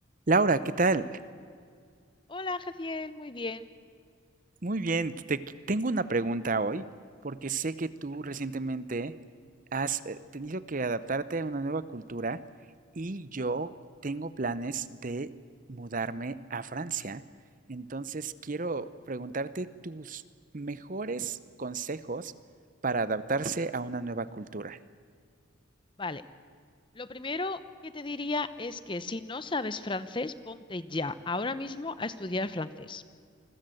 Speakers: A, on the right (about 40°); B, on the left (about 25°).
A: Laura, ¿qué tal?
B: Hola, Jaciel, muy bien.
A: Muy bien, te qu- tengo una pregunta hoy porque sé que tú recientemente has eh, tenido que adaptarte a una nueva cultura y yo tengo planes de mudarme a Francia. Entonces quiero preguntarte tus mejores consejos para adaptarse a una nueva cultura.
B: Vale, lo primero que te diría es que si no sabes francés, ponte ya, ahora mismo, a estudiar francés.